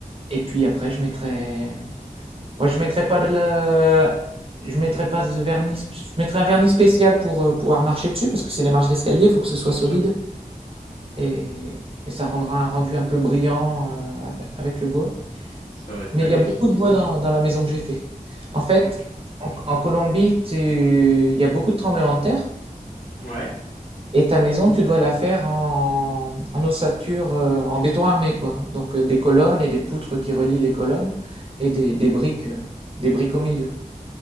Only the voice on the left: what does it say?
bien
sûr,
ça va être
magnifique.
Ok,
ouais,